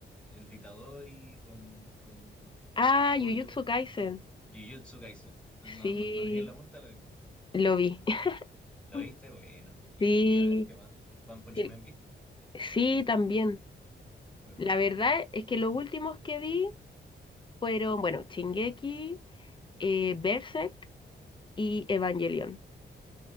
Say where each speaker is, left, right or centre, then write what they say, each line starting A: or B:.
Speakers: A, in the centre; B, on the left.
A: el de Itadori con, con
B: Ah,
A: Goyo,
B: Jujutsu Kaisen.
A: Jujutsu Kaisen, no,
B: Sí,
A: no- lo tenía en la punta de la lengua.
B: lo vi.
A: ¿Lo
B: <laughs>
A: viste? Buena. Y
B: Sí,
A: a ver qué más. One Punch
B: sí,
A: Man, ¿viste?
B: sí, también.
A: Muy bueno,
B: La verdad
A: igual.
B: es que los últimos que vi fueron, bueno, Shingeki, eh, Berserk y Evangelion.